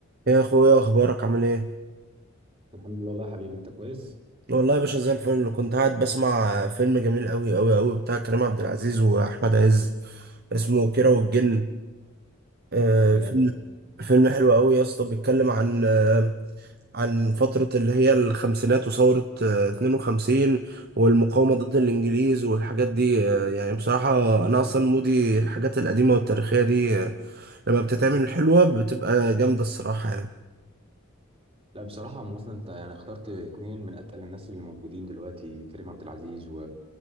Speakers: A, on the right; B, on the right.
A: يا اخويا اخبارك عامل ايه
B: الحمد لله والله يا حبيبي انت كويس
A: والله يا باشا زي الفل كنت قاعد بسمع فيلم جميل قوي قوي قوي بتاع كريم عبد العزيز واحمد عز اسمه كيرة والجن آه
B: جامد
A: فيلم فيلم حلو قوي يا اسطى بيتكلم عن آه عن فترة اللي هي الخمسينات وثورة آه 52 والمقاومة ضد الانجليز والحاجات دي آه يعني بصراحة انا اصلا مودي الحاجات القديمة والتاريخية دي آه لما بتتعمل حلوة بتبقى جامدة الصراحة
B: لا بصراحة هم اصلا انت يعني اخترت اتنين من اتقل الناس اللي موجودين دلوقتي كريم عبد العزيز و...